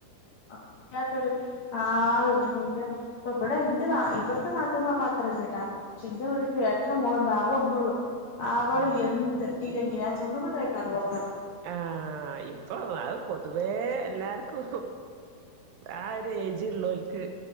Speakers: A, on the left; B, on the right.
A: വല്ലാത്തൊരു ആ എന്റെ ഇപ്പ ഇവിടെ എന്റെ നാ ഇവിടത്തെ നാത്തൂനൊക്കെ അത്ര ഇല്ലാ പക്ഷെ എന്റെ വീടി ഏട്ടത്തിന്റെ മോളും ആകെ ഒന്നള്ളു അവള്
B: ഏഹ്
A: എന്ത്‌ ഇട്ടിലെ ഞാൻ ചുണ്ടുമേ തേക്കാ കൊറച്ച്
B: ആഹ് ഇപ്പൊ അയ്‌ പൊതുവേ എല്ലാർക്കും ആ ഒരു ഏജ്ള്ളോർക്ക്